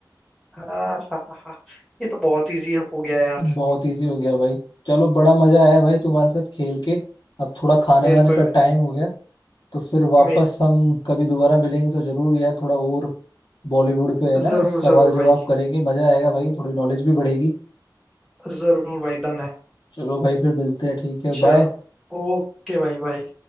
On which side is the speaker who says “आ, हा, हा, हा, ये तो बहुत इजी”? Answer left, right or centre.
Centre